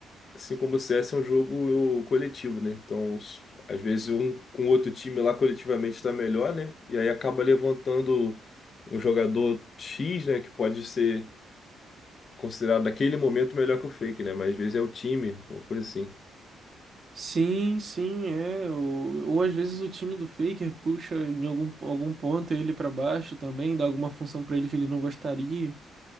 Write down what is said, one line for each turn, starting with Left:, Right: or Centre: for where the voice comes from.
Left: assim como o CS é um jogo coletivo, né? Então, os- às vezes um com outro time lá coletivamente está melhor, né? E aí acaba levantando um jogador X, né, que pode ser considerado naquele momento melhor que o Fake, né? Mas às vezes é o time, uma coisa assim.
Right: sim, sim, é. Ou, ou às vezes o time do Faker puxa em algum, algum ponto ele pra baixo também, dá alguma função pra ele que ele não gostaria.